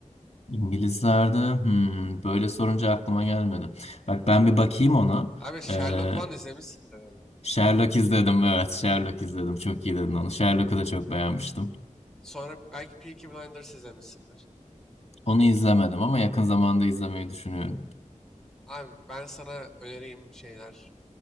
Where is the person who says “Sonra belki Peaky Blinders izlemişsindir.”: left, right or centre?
Centre